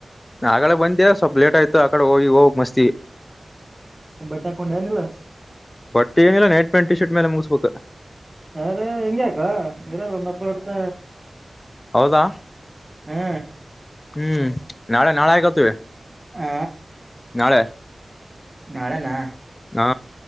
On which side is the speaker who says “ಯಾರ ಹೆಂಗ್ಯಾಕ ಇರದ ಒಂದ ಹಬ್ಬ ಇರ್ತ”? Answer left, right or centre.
Right